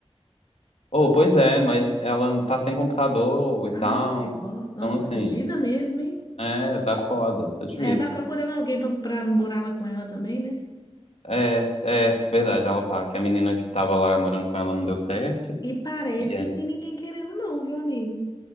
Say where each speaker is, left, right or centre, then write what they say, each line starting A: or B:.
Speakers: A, on the left (about 70°); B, on the left (about 40°).
A: Oh, pois é, mas ela não tá sem computador e tal.
B: Ai, que bosta.
A: Então,
B: Nossa,
A: assim,
B: tá fodida mesmo, hein?
A: é, tá foda, tá difícil.
B: Ela tá procurando alguém para morar lá com ela também, né?
A: É, é verdade, ela tá. Que a menina que tava lá morando com ela não deu certo.
B: E parece
A: E é,
B: que não tem ninguém querendo, não, viu, amigo?